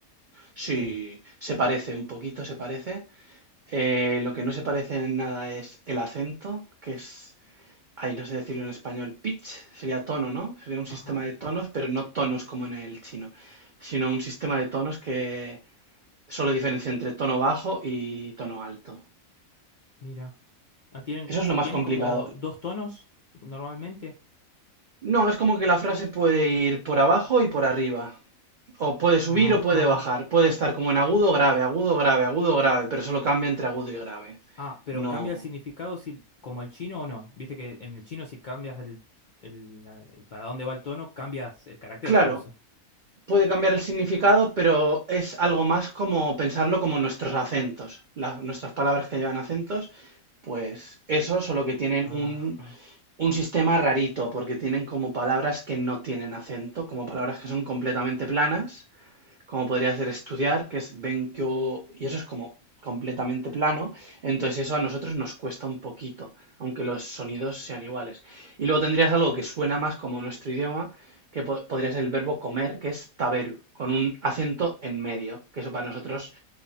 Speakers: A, on the right; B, on the left.
A: Sí,
B: Eh,
A: se parece un poquito, se parece. Eh, lo que no se parece en nada es el acento, que es Ay, no sé decirlo en español. Pitch sería tono, ¿no? Sería un
B: ajá,
A: sistema de tonos, pero no tonos como en el chino, sino un sistema de tonos que solo diferencia entre tono bajo y tono alto.
B: mira. Ah, tienen,
A: Eso es lo más
B: tienen
A: complicado.
B: como dos tonos normalmente.
A: No, es como que la frase puede ir por abajo y por arriba. O puede subir
B: Ajá.
A: o puede bajar. Puede
B: Y,
A: estar como en agudo, grave, agudo, grave, agudo, grave, pero solo cambia entre agudo y grave.
B: ah, pero
A: No.
B: cambia el significado si, como el chino o no. Viste que en el chino si cambias el, el, la- el para dónde va el tono, cambias el carácter
A: Claro,
B: incluso.
A: puede cambiar el significado, pero es algo más como pensarlo como nuestros acentos. La- nuestras palabras que llevan acentos, pues eso, solo que tienen
B: Ajá.
A: un, un sistema rarito, porque tienen como palabras que no tienen acento, como palabras que son completamente planas como podría ser estudiar, que es Benkyo, y eso es como completamente plano, entonces eso a nosotros nos cuesta un poquito, aunque los sonidos sean iguales. Y luego tendrías algo que suena más como nuestro idioma, que po- podría ser el verbo comer, que es taberu, con un acento en medio, que eso para nosotros